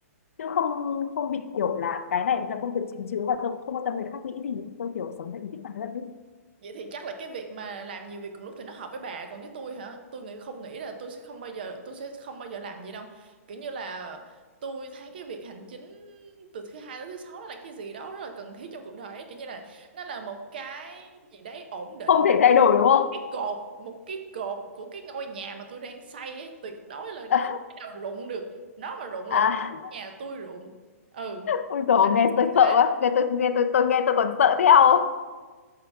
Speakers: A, on the left; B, on the right.
A: chứ không không bị kiểu là cái này là công việc chính chứ và tôi không quan tâm người khác nghĩ gì tôi kiểu sống theo ý thích bản thân mình
B: Vậy thì chắc là cái việc mà làm nhiều việc cùng lúc thì nó hợp với bà còn với tôi hả? Tôi nghĩ không nghĩ là tôi sẽ không bao giờ tôi sẽ không bao giờ làm gì đâu. Kiểu như là tôi thấy cái việc hành chính từ thứ hai tới thứ sáu nó là cái gì đó rất là cần thiết trong cuộc đời ấy. Kiểu như là nó là một cái gì đấy ổn định,
A: không thể thay đổi đúng không
B: một cái cột, một cái cột của cái ngôi nhà mà tôi đang xây ấy, tuyệt đối là
A: <laughs>
B: nó
A: à
B: không thể nào rụng được. Nó mà rụng
A: à,
B: là nhà tôi rụng. Ừ,
A: ôi dồi
B: đấy,
A: nghe tôi
B: như
A: sợ
B: thế.
A: quá nghe tôi nghe tôi tôi nghe tôi còn sợ theo